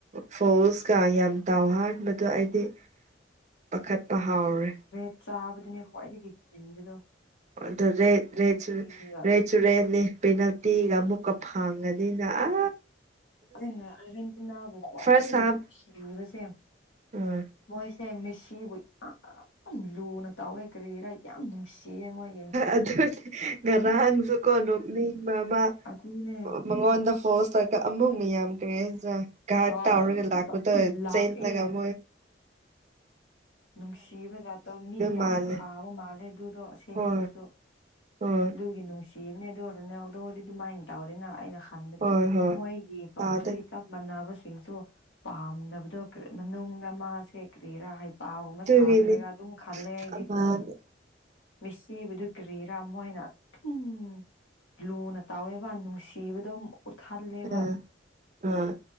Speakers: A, on the right; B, on the left.
A: ꯐꯣꯜꯁꯀ ꯌꯥꯝ ꯇꯥꯎꯍꯕꯗꯣ ꯑꯩꯗꯤ ꯄꯥꯈꯠꯄ ꯍꯥꯎꯔꯦ
B: ꯔꯦꯠ ꯆꯥꯕꯗꯨꯅꯦ ꯈ꯭ꯋꯥꯏꯗꯒꯤ ꯀꯤꯕꯗꯣ
A: ꯑꯗꯨꯗ ꯔꯦꯠ
B: ꯄꯦꯅꯥꯜꯇꯤꯒ
A: ꯔꯦꯠ ꯁꯨ ꯔꯦꯠ ꯆꯨꯔꯦ ꯄꯦꯅꯥꯜꯇꯤꯒ ꯑꯃꯨꯛꯀ ꯐꯪꯉꯒꯅꯤꯅ ꯑ
B: ꯑꯩꯅ ꯑꯔꯖꯦꯟꯇꯤꯅꯥꯕꯨ ꯈꯋꯥꯏꯗꯒꯤ
A: ꯐꯥꯔꯁ ꯍꯥꯞ
B: ꯅꯨꯡꯁꯤꯔꯤꯕꯁꯦ
A: ꯎꯝ
B: ꯃꯣꯏꯁ ꯁꯦ ꯃꯦꯁꯤꯕꯨ ꯌꯥꯝ ꯂꯨꯅ ꯇꯧꯋꯦ ꯀꯔꯤꯔꯥ ꯌꯥꯝ ꯅꯨꯡꯁꯤꯌꯦ ꯃꯣꯏ
A: ꯑꯗꯨꯗꯤ ꯉꯔꯥꯡꯁꯨ ꯀꯣ ꯅꯣꯛꯅꯤꯡꯕ ꯃ
B: ꯑꯗꯨꯅꯦ
A: ꯃꯉꯣꯟꯗ ꯐꯣꯁ ꯇꯧꯒ ꯑꯃꯨꯛ ꯃꯤ ꯌꯥꯝ <unintelligible> ꯒꯔꯥꯠ
B: ꯍꯣꯏ
A: ꯍꯧꯔꯒ ꯂꯥꯛꯄꯗ‌ꯣ
B: ꯂꯣꯏꯅ ꯂꯥꯛꯑꯦ
A: ꯆꯦꯟꯅ ꯒ <unintelligible>
B: ꯅꯨꯡꯁꯤꯕ ꯖꯥꯠꯇꯣ ꯃꯤ ꯌꯥꯝ
A: ꯃꯥꯜꯂꯦ
B: ꯐꯥꯕ ꯃꯥꯜꯂꯦ ꯑꯗꯨꯗꯣ ꯑꯁꯦꯡꯕꯗꯁꯨ
A: ꯍꯣꯏ ꯍꯣꯏ
B: ꯑꯗꯨꯒꯤ ꯅꯨꯡꯁꯤꯕꯅꯦ ꯑꯗꯨ ꯔ‌ꯣꯅꯥꯜꯗ‌ꯣꯗꯤ ꯑꯗꯨ ꯃꯥꯏꯅ ꯇꯧꯗꯦꯅ ꯑꯩꯅ ꯈꯥꯟꯕꯗꯤ
A: ꯍꯣꯏ ꯍꯣꯏ
B: ꯃꯣꯏꯒꯤ ꯀꯥꯎꯟꯇ꯭ꯔꯤ
A: ꯇꯥꯗꯦ
B: ꯀꯞ ꯃꯥꯟꯅꯕꯁꯤꯡꯁꯨ ꯄꯥꯝꯗꯕꯗꯣ ꯃꯅꯨꯡꯗ ꯃꯥꯁꯦ ꯀꯔꯤꯔꯥ ꯍꯥꯏ ꯄꯥꯎ ꯑꯃ
A: ꯑꯗꯨꯒꯤꯅꯤ
B: ꯁꯥꯕꯒꯤꯔ ꯑꯗꯨꯝ ꯈꯜꯂꯦ ꯑꯩꯗꯤ
A: ꯑꯃꯗꯤ
B: ꯃꯁꯤꯕꯗꯨ ꯀ꯭ꯔꯤꯔꯥ ꯃꯣꯏꯅ <unintelligible> ꯂꯨꯅ ꯇꯥꯎꯋꯦꯕ ꯅꯨꯡꯁꯤꯕꯗ ꯎꯠꯍꯜꯂꯦꯕ
A: ꯑꯥ ꯑꯥ